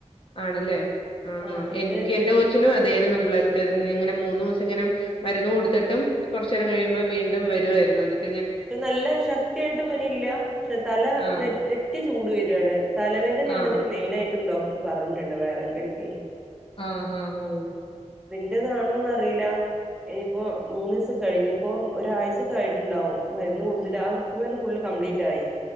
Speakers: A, on the left; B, in the centre.
A: ആണല്ലേ ആ
B: ആഹ്
A: ഹാ
B: എന്തേ
A: എനിക്ക് എന്റെ
B: വി
A: കൊച്ചിനും അതായിരുന്നു ബ്ലഡ് ഇങ്ങനെ മൂന്ന് ദിവസം ഇങ്ങനെ മരുന്നു കൊടുത്തിട്ടും കുറച്ച നേരം കഴിയുമ്പോള്‍ വീണ്ടും വരുയിരുന്നു <unintelligible>
B: ഇപ്പോ നല്ല ശക്തിയായിട്ട് പനിയില്ല പക്ഷെ തല
A: ആഹ്
B: ന നെറ്റി ചൂട് വരുയാണ് തലവേദനയാണതിന്
A: ആഹ്
B: മെയിൻ ആയിട്ടുണ്ടോ പറഞ്ഞിട്ടുണ്ട് വൈറൽ പനിക്ക്
A: ആഹ് ആഹ് ഹഹ
B: എന്റതാണോന്ന് അറിയില്ല ഇനിയിപ്പോ മൂന്നു ദിവസം കഴിഞ്ഞപ്പോൊ ഒരാഴ്ചക്കെ ആയിട്ടുണ്ടാവും മരുന്ന് കൊടുത്തിട്ട് ആ കുപ്പി മരുന്ന് ഫുള് കംപ്ലീറ്റ് ആയി